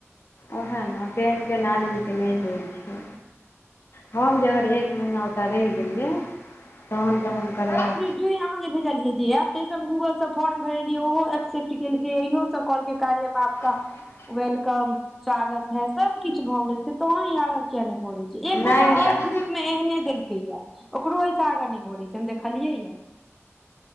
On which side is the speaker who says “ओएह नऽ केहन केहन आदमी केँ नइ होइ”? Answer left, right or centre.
Left